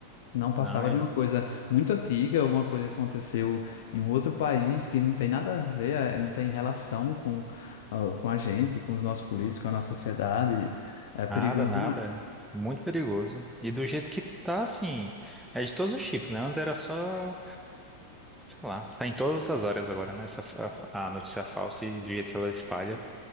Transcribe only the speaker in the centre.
Não, é-
nada, nada.
Muito perigoso. E do jeito que tá, assim, é de todos os tipos, né? Antes era só Sei lá, tá em todas as áreas agora, né? Essa, a, a notícia falsa e do jeito que ela espalha.